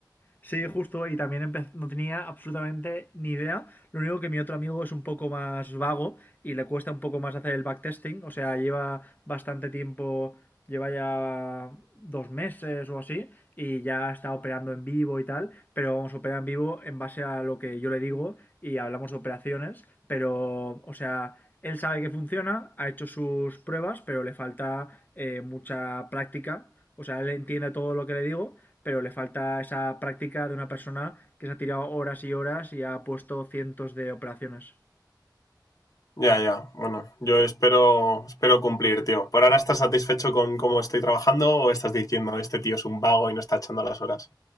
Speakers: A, on the left (about 25°); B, on the left (about 50°).
A: Sí, justo, y también empe- no tenía absolutamente ni idea. Lo único que mi otro amigo es un poco más vago y le cuesta un poco más hacer el backtesting. O sea, lleva bastante tiempo, lleva ya dos meses o así, y ya está operando en vivo y tal. Pero vamos a operar en vivo en base a lo que yo le digo y hablamos de operaciones. Pero, o sea, él sabe que funciona, ha hecho sus pruebas, pero le falta eh, mucha práctica o sea, él entiende todo lo que le digo, pero le falta esa práctica de una persona que se ha tirado horas y horas y ha puesto cientos de operaciones.
B: Ya, ya. Bueno, yo espero, espero cumplir, tío. ¿Por ahora estás satisfecho con cómo estoy trabajando o estás diciendo este tío es un vago y no está echando las horas?